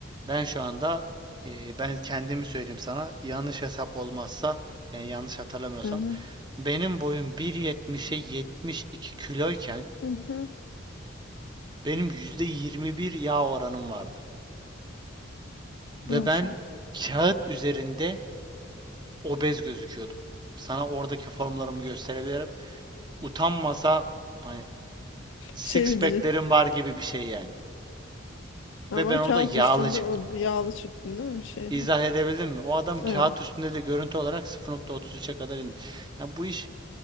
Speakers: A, on the right (about 20°); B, on the left (about 75°).
A: ben şu anda e, ben kendimi söyleyeyim sana yanlış hesap olmazsa yani yanlış hatırlamıyorsam
B: Hı hı.
A: benim boyum 1.70'e 72 kiloyken
B: Hı hı.
A: Benim %21 yağ oranım vardı. Ve
B: Maşallah.
A: ben kağıt üzerinde obez gözüküyordum. Sana oradaki formlarımı gösterebilirim. Utanmasa hani six
B: Şey mi
A: pack'lerim
B: diyecek?
A: var gibi bir şey yani.
B: Ama
A: Ve ben orada
B: kağıt
A: yağlı
B: üstünde
A: çıktım.
B: o yağlı çıktın değil mi şeyde?
A: İzah edebildim mi? O adam kağıt
B: Evet.
A: üstünde de görüntü olarak 0.33'e kadar indi. Yani bu iş